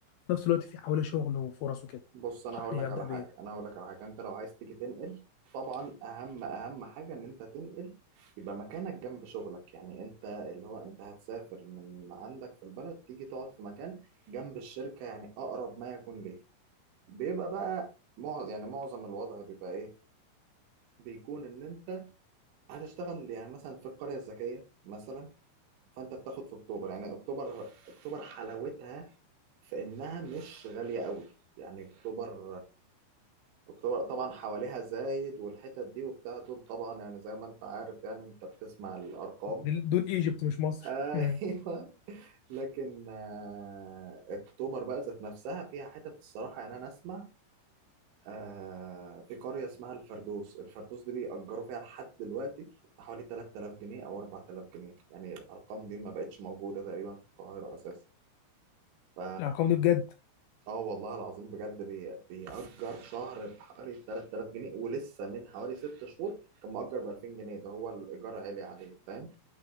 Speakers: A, on the left; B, on the right.
A: في نفس الوقت في حواليه شغل وفرص وكده
B: بص انا
A: ترشح
B: هقول
A: لي
B: لك
A: ابدا
B: على حاجه
A: بايه
B: انا هقول لك على حاجه انت لو عايز تيجي تنقل طبعا اهم اهم حاجه ان انت تنقل يبقى مكانك جنب شغلك يعني انت اللي هو انت هتسافر من عندك في البلد تيجي تقعد في مكان جنب الشركه يعني اقرب ما يكون ليه بيبقى بقى معظم يعني معظم الوضع بيبقى ايه بيكون ان انت هتشتغل يعني مثلا في القريه الذكيه مثلا فانت بتاخد في اكتوبر يعني اكتوبر اكتوبر حلاوتها في انها مش غاليه قوي يعني اكتوبر اكتوبر طبعا حواليها زايد والحتت دي وبتاع دول طبعا يعني زي ما انت عارف يعني انت بتسمع الارقام
A: دول دول ايجيبت مش مصر
B: ايوه
A: مم.
B: لكن آه، اكتوبر بقى ذات نفسها فيها حتت الصراحه يعني انا اسمع آه، في قريه اسمها الفردوس الفردوس دي بيأجروا فيها لحد دلوقتي بحوالي 3000 جنيه او 4000 جنيه يعني الارقام دي ما بقتش موجوده تقريبا في القاهره اساسا ف
A: الارقام دي بجد
B: اه والله العظيم بجد بي- بيأجر شهر بحوالي 3000 جنيه ولسه من حوالي ست شهور كان مأجر ب 2000 جنيه ده هو الإيجار عالي عليه فاهم